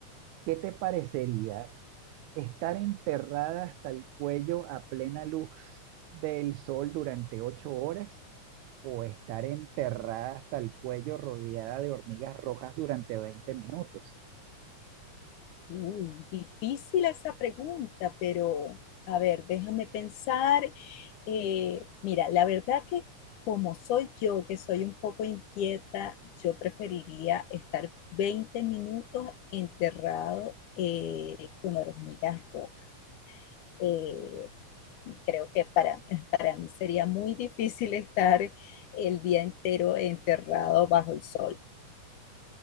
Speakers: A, on the right (about 80°); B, on the left (about 80°).
A: ¿qué te parecería estar enterrada hasta el cuello a plena luz del sol durante ocho horas? o estar enterrada hasta el cuello rodeada de hormigas rojas durante veinte minutos.
B: Uy, difícil esa pregunta, pero a ver, déjame pensar. Eh, mira, la verdad que como soy yo, que soy un poco inquieta, yo preferiría estar 20 minutos enterrado eh, con hormigas rojas. Eh, creo que para, para mí sería muy difícil estar el día entero enterrado bajo el sol.